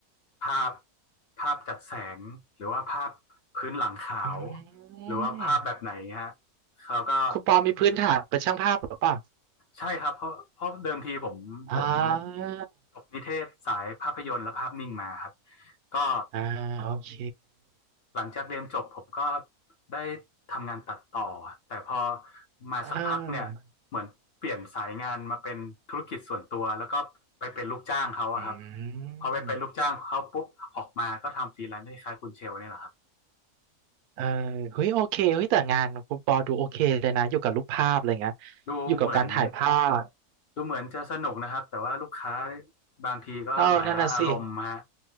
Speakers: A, on the left; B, on the right.
A: ภาพภาพจัดแสงหรือว่าภาพพื้นหลังขาว
B: ม
A: หรือว่าภาพแบบไหนเงี้ยฮะเราก็
B: คุณปอมีพื้นฐานเป็นช่างภาพหรือเปล่า
A: ใช่ครับเพราะเพราะเดิมทีผมผม
B: อ่า
A: จบนิเทศสายภาพยนตร์และภาพนิ่งมาครับก็
B: อ่าโอเค
A: หลังจากเรียนจบผมก็ได้ทำงานตัดต่อแต่พอมาสักพักเนี่ยเหมือนเปลี่ยนสายงานมาเป็นธุรกิจส่วนตัวแล้วก็ไปเป็นลูกจ้างเขาอะครับ
B: เอออื
A: พอไปเป็นลูกจ้างเขาปุ๊บออกมาก็ทำฟรีแลนซ์ให้คล้ายคุณเชลเนี่ยแหละครับ
B: ม เออเฮ้ยโอเคเฮ้ยแต่งานคุณปอดูโอเคเลยนะอยู่กับรูปภาพอะไรเงี้ย
A: ดูเหมือน
B: อยู่กับการถ่ายภาพ
A: ดูเหมือนจะสนุกนะครับแต่ว่าลูกค้าบางทีก็หลายอารมณ์ฮะ
B: เออนั่นน่ะสิ